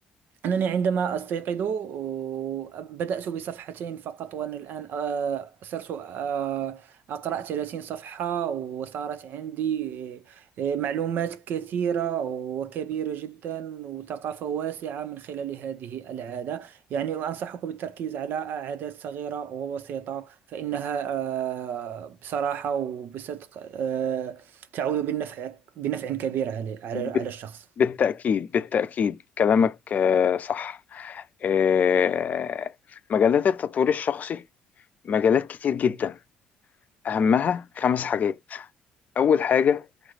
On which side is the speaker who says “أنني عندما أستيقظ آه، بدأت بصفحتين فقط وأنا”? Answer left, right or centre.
Right